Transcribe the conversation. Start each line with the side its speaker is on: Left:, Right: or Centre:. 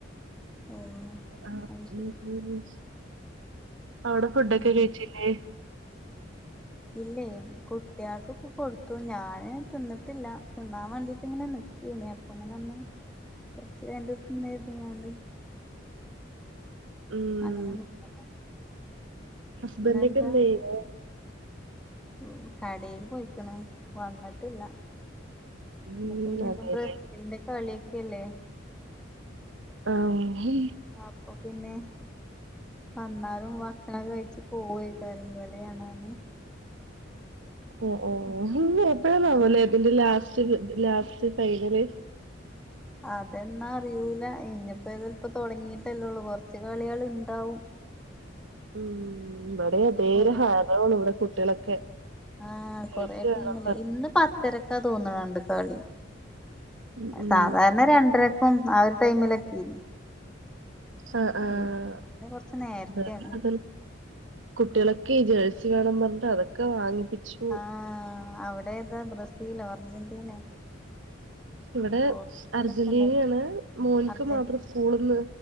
Centre: ഓ
Right: ആഹ്
Centre: അത്
Right: <unintelligible>
Centre: ശരി
Right: അവടെ
Centre: അങ്ങനെ
Right: ഫുഡൊക്കെ കെയിച്ചിലേ
Centre: ഇല്ലേം കുട്ടികൾകൊക്കെ കൊടുത്തു ഞാന് തിന്ന്ട്ടില്ല തിന്നാം വാണ്ടീറ്റ് ഇങ്ങനെ നി ക്കേന് അപ്പ ഇങ്ങനെ ഒന്ന് കൊർച്ച് കെയിഞ്ഞ്ട്ട് തിന്നാ കെര്തിങ്ങാണ്ട്
Right: ഉം
Centre: <unintelligible>
Right: ഹസ്ബൻഡ്
Centre: പിന്നെന്താ
Right: ഒക്കെ എന്ത് ചെയ്യുന്നു
Centre: ഊ കടേക്ക് പൊയ്ക്ക്ണ് വന്ന്ട്ടില്ല
Right: ഉം
Centre: ഇന്ന് ഇപ്പ പിന്നെ ഇപ്പം
Right: അതെല്ലേ
Centre: ബ്രസീലിന്റെ കളിയെക്കെ എല്ലേ
Right: ആഹ് <unintelligible>
Centre: അപ്പൊ പിന്നെ വന്നാലും ഭക്ഷണം കഴിച്ച് പോവെെക്കാരം ചെൽ കളി കാണാന്
Right: ഓഹ് ഓഹ് ഇന്ന്
Centre: വേൾഡ്
Right: എപ്പഴാണാവല്ലേ
Centre: കപ്പിന്
Right: ഇതിന്റെ ലാസ്റ്റ് ഇത് ലാസ്റ്റ് ഫൈനല്
Centre: അതെന്നാ അറിയൂല ഇനിയിപ്പോതിലപ്പോ തുടങ്ങിയിട്ടല്ലേള്ളൂ കുറച്ച് കളികൾ ഉണ്ടാവും
Right: ഉം ഇവിടെം വേ
Centre: കൊറേ
Right: ഒരു ഹാരമാണ് ഇവിടെ കുട്ടികളൊക്കെ
Centre: ആഹ് കൊറേ
Right: മിച്ച വേണം
Centre: ടീമില്ലേ
Right: പറ
Centre: ഇന്ന് പത്തരക്കാ തോന്നുന്നുണ്ട് കളി
Right: പറഞ്ഞ് ഉം
Centre: സാധാരണ രണ്ടര അപ്പം ആ ഒരു ടൈമിലൊക്കേന്
Right: ആഹ ആഹ
Centre: ഇന്ന് കൊറച്ച് നേരത്തെയാണ്
Right: അത അത കുട്ടികളൊക്കെ ജേഴ്സി വേണം പറഞ്ഞ് അതൊക്കെ വാങ്ങിപ്പിച്ചു
Centre: ആഹ അവിടെേതാ ബ്രസീലോ അർജന്റീനെ
Right: ഇവിടെ
Centre: പോർച്ചുഗലൊക്കെ
Right: അർജന്റീനയാണ്
Centre: ഉണ്ടല്ലോ
Right: മോനിക്ക്
Centre: അർജന്റീന
Right: മാത്രം സ്കൂളിന്ന്